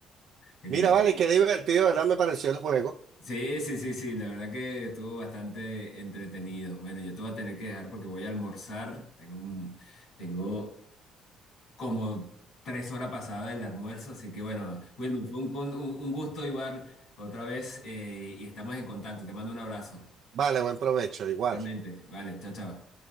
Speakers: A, on the left; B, on the right.
A: Genial.
B: Mira, vale, qué divertido, ¿verdad? Me pareció el juego.
A: Sí, sí, sí, sí, la verdad que estuvo bastante entretenido. Bueno, yo te voy a tener que dejar porque voy a almorzar. Tengo un- tengo como tres horas pasadas del almuerzo, así que bueno, Wilmer, fue un, con- un- un gusto igual otra vez eh, y estamos en contacto. Te mando un abrazo.
B: Vale, buen provecho, igual.
A: Igualmente. Vale, chao, chao.